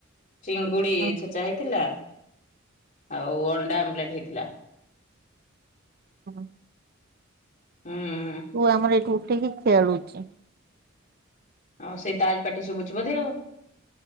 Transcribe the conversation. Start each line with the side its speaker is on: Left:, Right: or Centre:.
Left: ଚିଙ୍ଗୁଡି
Right: ଓହୋ
Left: ଛେଚା ହେଇଥିଲା। ଆଉ ଅଣ୍ଡା ଆମ୍ଲେଟ ହେଇଥିଲା।
Right: ହଁ
Left: ହୁଁ
Right: ପୁଅ ଆମର ଏଇଠୁ ଉଠିକି ଖେଳୁଛି।
Left: ଆଉ ସେଇ ତାରି ପାଟି ଶୁଭୁଛି ବୋଧେ